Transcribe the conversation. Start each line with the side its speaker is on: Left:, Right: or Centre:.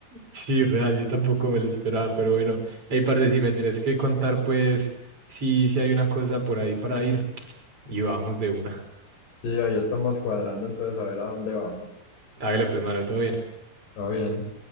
Right: Sí, real, yo tampoco me lo esperaba, pero bueno. Hey, parce, si me tenés que contar, pues, si, si hay una cosa por ahí para ir. Y vamos de una.
Left: Sí, ahí estamos cuadrando, entonces a ver a dónde vamos.
Right: Hágale, pues, mano, todo bien.
Left: Todo bien.